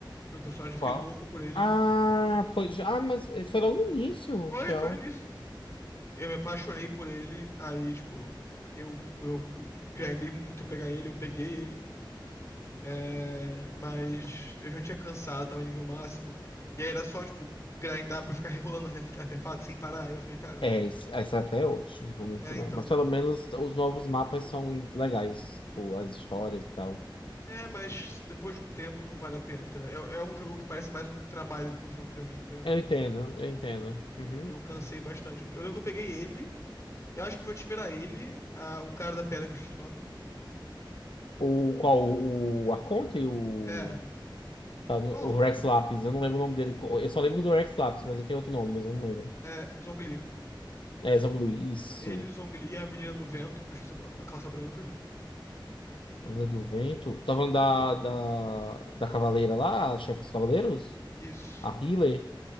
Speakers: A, on the left; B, on the left.
A: pelo personagem, fiquei
B: qual?
A: louco por ele.
B: Ah, foi já, mas foi logo no início,
A: Foi,
B: Shell.
A: foi nisso. Eu me apaixonei por ele, aí, tipo, eu, eu grindei muito a pegar ele, eu peguei ele. É, mas eu já tinha cansado, tava nível máximo. E aí era só, tipo, grindar pra ficar rerolando arte- artefato sem parar. Aí eu fiquei, cara,
B: É, isso, é isso até hoje, não vou mentir,
A: é, então.
B: não. Mas pelo menos os novos mapas são legais, tipo, as histórias e tal.
A: É, mas depois de um tempo não vale a pena, entendeu? É, é um jogo que parece mais um trabalho do que um jogo pra mim, entendeu?
B: Eu entendo, eu entendo. Uhum.
A: Eu cansei bastante. Eu lembro que eu peguei ele, eu acho que meu time era ele, a- o cara da pedra que eu esqueci o nome.
B: O qual? O Arconte? O,
A: É,
B: tá no-
A: qual
B: o
A: o nome?
B: Rex Lapis, eu não lembro o nome dele. Eu só lembro do Rex Lapis, mas ele tem outro nome, mas eu não lembro.
A: É, Zhongli.
B: É, Zanguli, isso.
A: Ele, o Zhongli, a menina do vento, que eu esqueci o nome, com a calça branca.
B: A Menina do Vento. Tá falando da, da, da Cavaleira lá, a chefe dos Cavaleiros?
A: Isso,
B: A Healer.